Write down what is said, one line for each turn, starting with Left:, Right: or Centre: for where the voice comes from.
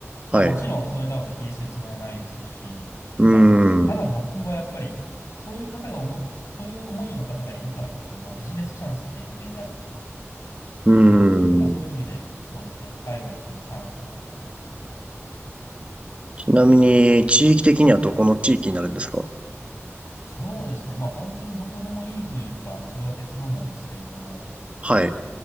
Left: まあもちろんそれらを否定するつもりはないですし、
Right: はい。うー
Left: まあ、ただ僕はやっぱり、
Right: ん。う
Left: そういう方が思、そういう思いの方がいるからこそ、まあビジネスチャンスって無限になるのかなと思ってて、
Right: ーん。
Left: まあそういう意味で、そうですね、やっぱ海外っていうのはチャンスなのかなとは思ってますね。
Right: ちなみに、地域的にはどこの地域になるんですか
Left: そうですね、まあ本当にどこでもいいというか、まあそれが結論なんですけれども、
Right: はい。